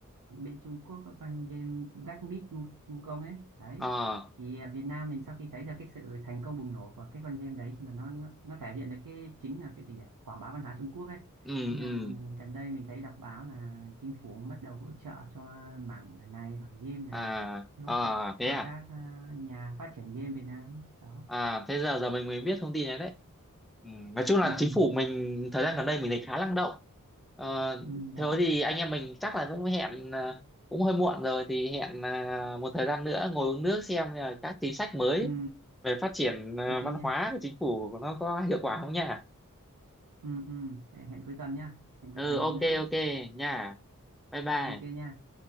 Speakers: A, on the right; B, in the centre.
A: bên Trung Quốc có con game Black Myth Wu- Wukong ấy đấy
B: Ờ,
A: thì à, Việt Nam mình sau khi thấy được cái sự thành công bùng nổ của cái con game đấy khi mà nó nó, nó thể hiện được cái chính là cái gì nhỉ quảng bá văn hóa Trung Quốc ấy
B: ừ
A: nên là
B: ừ
A: ừm, gần đây mình thấy đọc báo là chính phủ bắt đầu hỗ trợ cho mảng này mảng game này
B: à
A: thì hỗ
B: à
A: trợ
B: thế
A: ở
B: à
A: các à, nhà phát triển game Việt Nam đó
B: à thế giờ giờ mình mới biết thông tin này đấy Ừ, nói chung là
A: ừ,
B: chính
A: ừ,
B: phủ mình thời gian gần đây mình thấy khá năng động ờ,
A: ừ, đó
B: thế thì anh em mình chắc là cũng hẹn à, cũng hơi muộn rồi thì hẹn à, một thời gian nữa ngồi uống nước xem là các chính sách mới
A: ừ,
B: về phát triển à,
A: ok
B: văn
A: nha
B: hóa của chính phủ nó có hiệu quả không nha
A: ừ, ừ. hẹn cuối tuần nha hẹn cuối
B: ừ
A: tuần
B: ok
A: dùng nước nhá
B: ok nha bye bye
A: ok nha